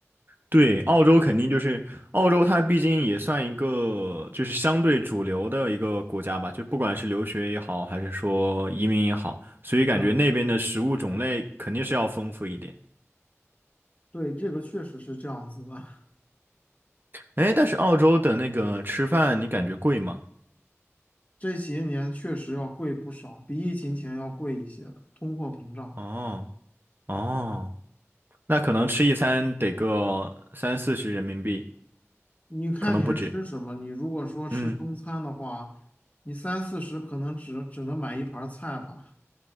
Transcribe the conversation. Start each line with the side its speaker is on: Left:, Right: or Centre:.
Right: 对，澳洲肯定就是澳洲，它毕竟也算一个就是相对主流的一个国家吧，就不管是留学也好，还是说移民也好，所以感觉那边的食物种类肯定是要丰富一点。
Left: 是啊是啊，对，这个确实是这样子的。
Right: 哎，但是澳洲的那个吃饭，你感觉贵吗？
Left: 这些年确实要贵不少，比疫情前要贵一些的，通货膨胀。
Right: 哦哦，那可能吃一餐得个三四十人民币，
Left: 你看你是吃什么？
Right: 可能不止。
Left: 你如果说吃中餐的话，
Right: 嗯，
Left: 你三四十可能只只能买一盘儿菜吧，